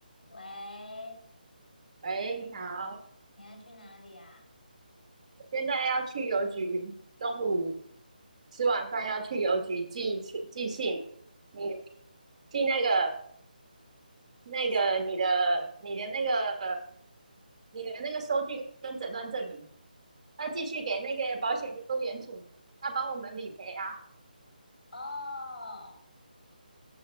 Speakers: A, on the left; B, on the right.
A: 喂，
B: 喂，你好，
A: 你要去哪里啊？
B: 我现在要去邮局，中午吃完饭要去邮局寄信寄信，你寄那个那个你的你的那个
A: 去什么？
B: 你的那个收据跟诊断证明，要寄去给那个保险业务员请他帮我们理赔啊，
A: 哦，